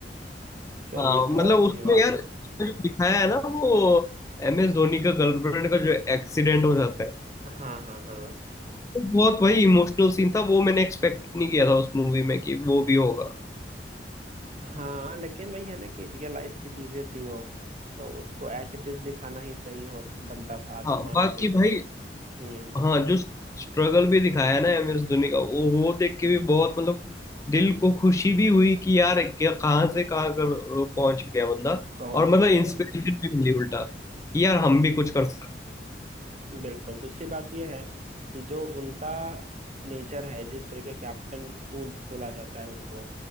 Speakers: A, on the right; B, on the left.
A: चलिए
B: हाँ
A: तो
B: मतलब
A: और अच्छी
B: उसमें
A: बात
B: यार
A: है
B: उसमें जो दिखाया है ना वो एम एस धोनी का गर्लफ्रेंड का जो एक्सीडेंट हो जाता है
A: हाँ हाँ हाँ
B: वो बहुत भाई इमोशनल सीन था वो मैंने एक्सपेक्ट नहीं किया था उस मूवी में कि वो भी होगा
A: हाँ लेकिन वही है ना कि रियल लाइफ की चीजें थी वो तो उसको एज इट इज दिखाना ही सही हो बनता था अगर
B: हाँ
A: मान
B: बाकी
A: लो कोई कुछ
B: भाई
A: हम्म
B: हाँ जो स्ट्रगल भी दिखाया है ना एम एस धोनी का वो वो देख के भी बहुत मतलब दिल को खुशी भी हुई कि यार क्या कहाँ से कहाँ कर पहुंच गया बंदा
A: पहुंच
B: और मतलब
A: गया
B: इंस्पिरेशन
A: हो
B: भी मिली उल्टा कि यार
A: वही
B: हम
A: ना
B: भी कुछ कर सकते
A: बिल्कुल दूसरी बात यह है कि जो उनका नेचर है जिस तरह के कैप्टन कूल बोला जाता है उनको